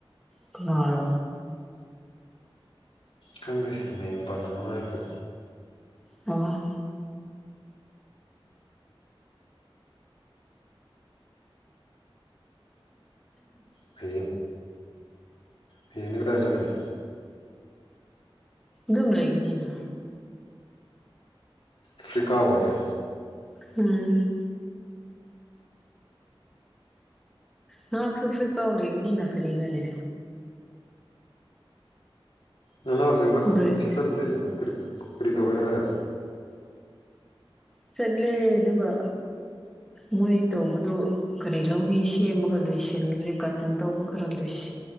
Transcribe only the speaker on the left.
ꯈꯪꯗꯦ ꯃꯤꯡ ꯄꯟꯒꯅꯣ ꯍꯥꯏꯔꯒ
ꯐꯤ ꯐꯤꯅꯤ ꯀꯗꯥꯥꯏ ꯆꯠꯀꯅꯤ
ꯑꯐ꯭ꯔꯤꯀꯥ ꯑꯣꯏꯔꯦ
ꯅꯅꯥꯎꯁꯤꯡꯗꯣ
ꯃꯤꯦꯛꯁꯤꯆꯔꯗꯤ ꯀꯔꯤ ꯀꯔꯤ ꯇꯧꯔꯤ ꯍꯥꯏꯔꯦ